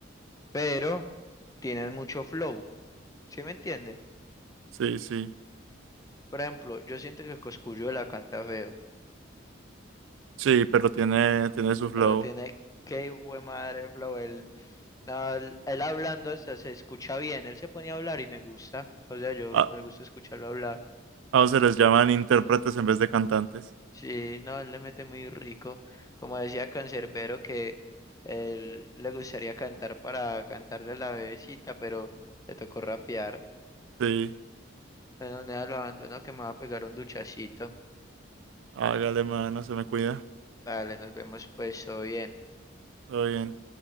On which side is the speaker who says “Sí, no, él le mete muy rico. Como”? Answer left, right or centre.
Left